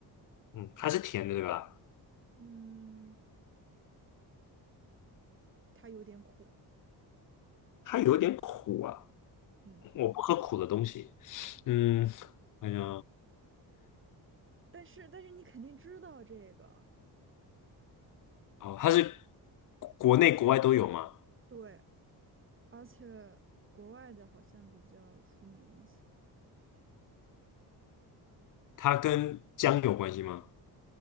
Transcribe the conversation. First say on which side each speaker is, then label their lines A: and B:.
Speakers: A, on the left (about 50°); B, on the right (about 30°).
A: 嗯，它是甜的，对吧？
B: 嗯，它有点苦，
A: 它有点苦啊，
B: 嗯，
A: 我不喝苦的东西，嗯，哎呀，
B: 但是但是你肯定知道这个，
A: 哦，它是国内国外都有吗？
B: 对，而且国外的好像比较出名一些，
A: 它跟姜有关系吗？